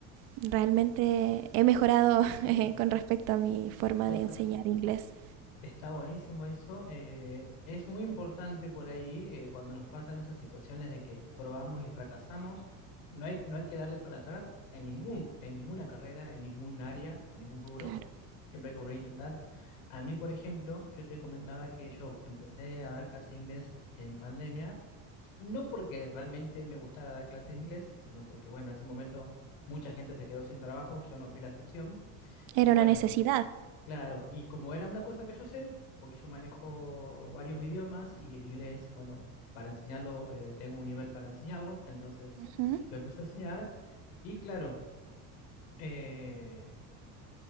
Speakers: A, on the right; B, on the left.
A: realmente he mejorado <laughs>
B: Sí.
A: con respecto a mi forma
B: ¿Vos,
A: de enseñar inglés.
B: Está buenísimo eso. eh, es muy importante por ahí eh, cuando nos pasan esas situaciones de que probamos y fracasamos. No hay, no hay que darle para atrás en ningún, en ninguna carrera, en ningún área, en ningún rubro.
A: Claro.
B: Siempre hay que volver a intentar. A mí, por ejemplo, yo te comentaba que yo empecé a dar clases de inglés en pandemia, no porque realmente me gustara dar clases de inglés, sino porque, bueno, en ese momento mucha gente se quedó sin trabajo, yo no fui la excepción.
A: Era
B: Y
A: una
B: bueno,
A: necesidad.
B: Claro, y como era una cosa que yo sé, porque yo manejo varios idiomas y el inglés, bueno, para enseñarlo, eh, tengo un nivel para enseñarlo, entonces
A: Ujú.
B: lo empecé a enseñar y claro, eh,